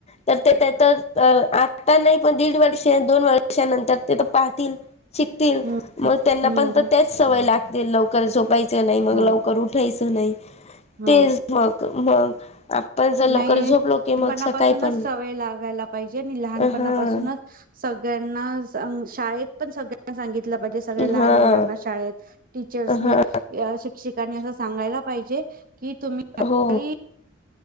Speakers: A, on the left; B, on the right.
A: तर ते
B: बरोबर
A: तर आत्ता नाही पण दीड वर्ष दोन वर्षानंतर ते तर पाहतील. शिकतील
B: हम्म
A: मग त्यांना
B: हम्म
A: पण तर
B: हम्म
A: तेच सवय लाग ते लवकर स पायचं नाही मग
B: हो
A: लवकर उठायचं नाही.
B: हो
A: तेच मग मग <unintelligible> लवकर
B: नाही
A: झोपलो की मग
B: लानपणापासूनच
A: सकाळी पण
B: सवय लागायला पाहिजे, आणि लहानपणापासूनच
A: हा
B: सग सगळ्यांना, शाळेत पण सगळ्यांना, सांगित तल पाहिजे सगळ्या
A: हा
B: लहान मुलांना शाळेत टीचर्सनी
A: हा
B: शिक्षीकानी अस सांगायला पाहिजे की तुम्ही
A: हो